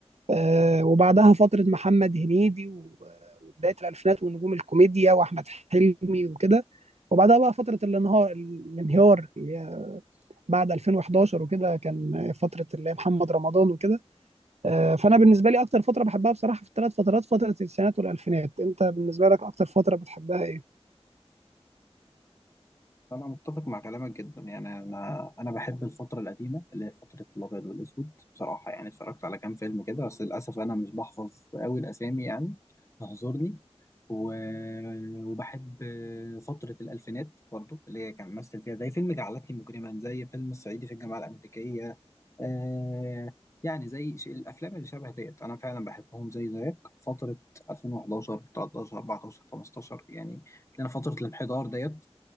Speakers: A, on the right; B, on the left.
A: آه، وبعدها فترة محمد هنيدي و- وبداية الألفينات ونجوم الكوميديا وأحمد حلمي وكده وبعدها بقى فترة الانهار الانهيار اللي هي بعد 2011 وكده كان فترة اللي هي محمد رمضان وكده آه، فأنا بالنسبة لي أكتر فترة بحبها بصراحة في الثلاث فترات فترة التسعينات والألفينات أنت بالنسبة لك أكتر فترة بتحبها إيه؟
B: أنا متفق مع كلامك جدا يعني أنا أنا بحب الفترة القديمة اللي هي فترة الأبيض والأسود بصراحة يعني اتفرجت على كام فيلم كده بس للأسف أنا مش بحفظ أوي الأسامي يعني تحضرني و... وبحب فترة الألفينات برضو اللي هي كان مثل فيها زي فيلم جعلتني مجرما زي فيلم الصعيدي في الجامعة الأمريكية آه يعني زي ش- الأفلام اللي شبه ديت أنا فعلا بحبهم زي زيك فترة 2011 13 14 15 يعني لأن فترة الانحدار ديت